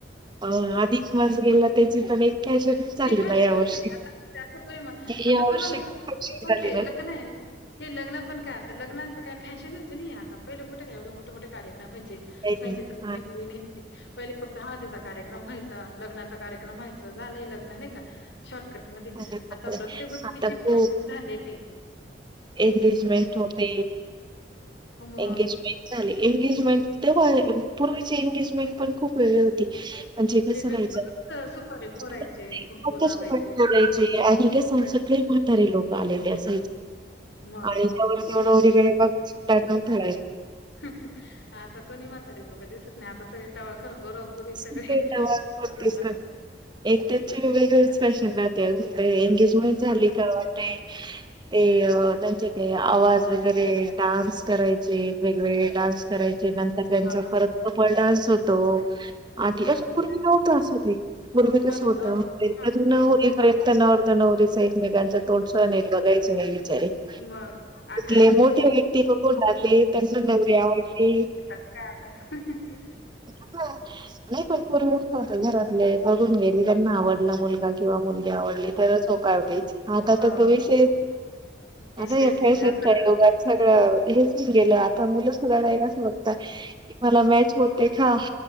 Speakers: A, on the right; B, on the left.
A: अ अधिक मास गेला त्याची पण एक. फॅशन झाली
B: ती फॅशनच
A: ना या वर्षी
B: आहे आता परि <unintelligible>
A: ती
B: आता
A: या
B: तुम्हाला
A: वर्षी
B: सांग
A: खूपशी
B: देवांचे
A: झाली ना
B: लग्न आहे ना हे लग्न पण काय आता लग्नाचंय फॅशनच आहे, नाही आता पहिले कुठे काय एवढं मोठे मोठे कार्य वयचे
A: हा,
B: संगीता मेंदीेहहि फक्त. हदीचा कार्यक्रम व्हायचा लग्नाचा कार्यक्रम व्हायचा झाय लग्न नाही का शर्ट. कट मध्ये
A: अशा प्रकारे.
B: आता प्रत्येक गोष्टीचे
A: आता खूप
B: भाषण झाले ते.
A: एंगेजमेंट होते
B: मग
A: एंगेजमेंट झाले. एंगेजमेंट तेव्हा पूर्वीचे एंगेजमेंट पण. खूप वेग होती म्हणजे कस
B: वेगळी
A: राहाय
B: सुपारी
A: <unintelligible>
B: फोडायचे, कुंकू लावायचे नाही का.
A: चंयच आणि संसद <unintelligible> महातारे लोक आलेले अस
B: मग
A: आणि त्यावर तेव नवरकडे बघणार <unintelligible>
B: हं हं आता कोणी म्हात रे लोक दिसत नाही आता. सगळे टळखपरपुरी
A: राहिला
B: सगळेला <unintelligible>
A: एक त्याचे वेगळेच फॅशन आली. एंगेजमेंट
B: मग
A: झाली का वाटते ते त्यांचे काही आवाज. वगरे डान्स करायचे वेगवेगळे डान्स करायचे नंतर त्यांचा
B: हां,
A: परत कपल डान्स होत. त आधी
B: मग
A: असं पूर्वी नव्हतं असं काही पूर्वी कस
B: पण
A: होतं
B: अ, हां,
A: अजून होलीपर्यंत. नव त नवरी एकमेकांचं तोंड सुद्धा नाही बघायच <unintelligible>
B: मग आता
A: ले मोठी व्यक्ती बघवणारली तड न <unintelligible> गर आवडली
B: कसं काय आपण हं हं ह.
A: <unintelligible> नाही पण पूर्वी होत घरातले बघ गेली त्यांना आवडला मुलगा किंवा मुलगी आवडली तरच हो काव <unintelligible> तेच आता
B: हो,
A: तर त विष
B: विषयच
A: अता य कायसतय
B: नाही आता
A: सगळ <unintelligible> गेल ता मुलं सुधा नाही कस बघत की, मला मॅच होत्या. तेखा